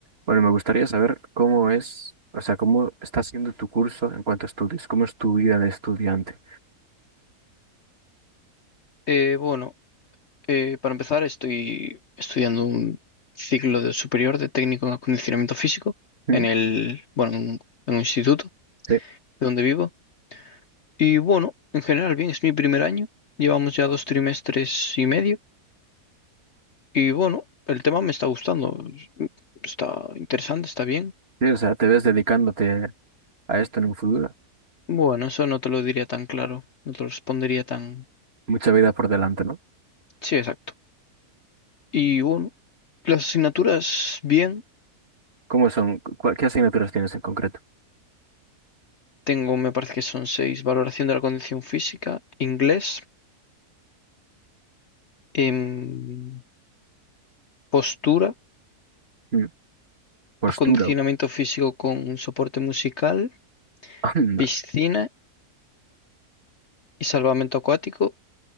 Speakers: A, on the right; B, on the left.
A: Bueno, me gustaría saber cómo es, o sea, cómo está siendo tu curso en cuanto a estudios, cómo es tu vida de estudiante.
B: Eh, bueno, eh, para empezar estoy estudiando un ciclo de superior de técnico en acondicionamiento físico
A: ¿Mm?
B: en el, bueno, en un, en un instituto
A: Sí,
B: de donde vivo. Y bueno, en general bien, es mi primer año. Llevamos ya dos trimestres y medio. Y bueno, el tema me está gustando. Está interesante, está bien.
A: sí, o sea, te ves dedicándote a esto en un futuro.
B: Bueno, eso no te lo diría tan claro, no te lo respondería tan...
A: Mucha vida por delante, ¿no?
B: Sí, exacto. Y bueno, las asignaturas bien.
A: ¿Cómo son? ¿Cu- cuál- ¿Qué asignaturas tienes en concreto?
B: Tengo, me parece que son seis, valoración de la condición física, inglés. em, postura,
A: Mm, Postura.
B: acondicionamiento físico con un soporte musical,
A: Anda,
B: piscina y salvamento acuático